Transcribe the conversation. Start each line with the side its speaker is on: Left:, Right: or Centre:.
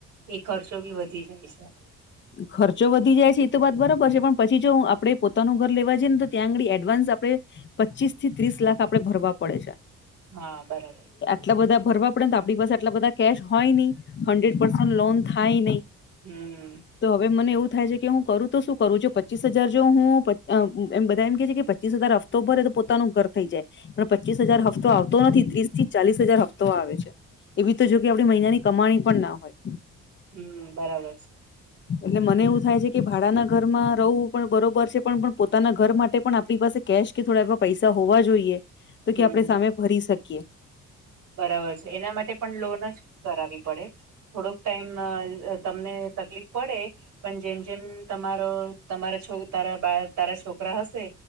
Right: એ ખર્ચો બી વધી જાય હ છેબ
Left: ખર્ચો વધી જાય છે એ તો વાત બરોબર છે, પણ પછી જો આપડે પોતાનું ઘર લેવા છેએને તો ત્યાં આંગળી એડવાન્સ આપડે, પચીસ થી ત્રીસ લાખ આપડે ભરવા પડે છે,
Right: હા બરોબર
Left: એટલા બધા ભરવા પડે તો આપણી પાસે એટલા બધા કેશ હોય ની હંડ્રેડ પર્સેન્ટ થાય નઈ,
Right: હમ્મ,
Left: તો હવે મને એવું થાય છે, કે હું કરું તો શું કરું? જો પચીસ હજાર જો હું પચ અમ્મ એમ બધા એમ કહે છે, કે પચીસ હજાર હફ તો ભરે તો પોતાનું ઘર થઈ જાય. પણ પચીસ હજાર હફ્તો આવતો નથી. ત્રીસ થી ચાલીસ હજાર હફ્તો આવે છે. એવી તો જો કે આપણે મહિનાની કમાણી પણ ના હોય.
Right: હમ્મ બરાબર છે.
Left: એટલે મને એવું થાય છે, કે ભાડાના ઘરમાં રવ, પણ બરોબર છે. પણ-પણ પોતાના ઘર માટે પણ આપણી પાસે કેશ કે થોડા એવા પૈસા હોવા જોઈએ. તો
Right: હમ
Left: કે આપણેે સામે ભરી શકીએ.
Right: બરાબર છે. એના માટે પણ લોન જ કરાવી પડે. થોડોક ટાઈમ અહ તમને તકલીફ પડે, પણ જેમ-જેમ તમારા તમારો છો તારા બા તારા છોકરા હશે